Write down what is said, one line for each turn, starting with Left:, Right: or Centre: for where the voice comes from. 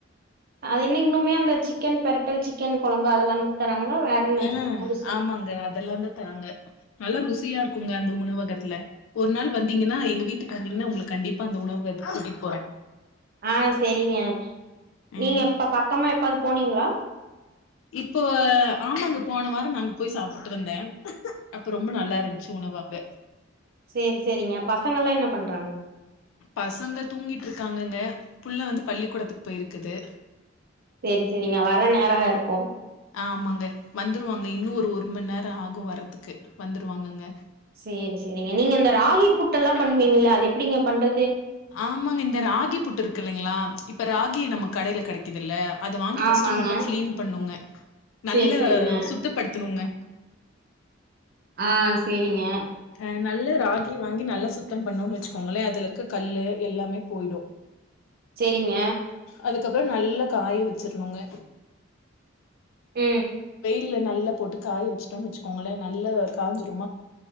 Right: அது என்ன இன்னுமே அந்த சிக்கன் பெரட்டல் சிக்கன் கொழம்பு அதெல்லாந்தா தராங்களா வேற என்ன
Left: அ
Right: புதுசா
Left: ஆமாங்க அதெல்லாந்தா தராங்க நல்லா ருசியா இருக்குங்க அந்த உணவகத்துல ஒரு நாள் வந்தீங்கன்னா எங்க வீட்டுக்கு வந்தீங்கன்னா உங்கள கண்டிப்பா அந்த உணவகத்துக்கு கூட்டிட்டு போறே
Right: ஆ சரிங்க
Left: ம்
Right: நீங்க எப்ப பக்கமா எப்பாவது போனீங்களா
Left: இப்போ ஆமாங்க போன வாரோ நாங்க போய் சாப்டு வந்த அப்ப ரொம்ப நல்லாருந்துச்சு உணவு அங்க
Right: சேர் செரிங்க பசங்கல்லா என்ன பண்றாங்க
Left: பசங்க தூங்கிட்ருக்காங்கங்க புள்ள வந்து பள்ளிக்கூடத்துக்கு போயிருக்குது
Right: சேரி செரிங்க வர்ற நேர
Left: ம்.
Right: இருக்கு
Left: ஆமாங்க வந்துருவாங்க இன்னு ஒரு ஒரு மண் நேரோ ஆகு வர்றதுக்கு வந்துருவாங்கங்க
Right: சேரி செரிங்க நீங்க இந்த ராகி புட்டல்லா பண்ணுவீங்கல்ல அது எப்டிங்க பண்றது
Left: ஆமாங்க இந்த ராகி புட்டு இருக்கு இல்லைங்களா இப்ப ராகி நமக்கு கடையில கெடைக்குதுல்ல அது வாங்கி ஃபஸ்ட்டு
Right: ஆமாங்க
Left: நல்லா கிளீன் பண்ணுங்க
Right: சேரி
Left: நல்ல
Right: சேரிங்க
Left: சுத்தப்படுத்தணுங்க
Right: ஆ செரிங்க
Left: அ நல்ல ராகி வாங்கி நல்லா சுத்தம் பண்ணோ வச்சுக்கோங்களே அதுல இருக்க கல்லு எல்லாமே போயிடு
Right: செரிங்க
Left: அதுக்கப்பறோ நல்ல காய வச்சிருனுங்க
Right: உ
Left: வெயில்ல நல்லா போட்டு காய வச்சுட்டோனு வச்சுக்கோங்களே நல்லா காஞ்சு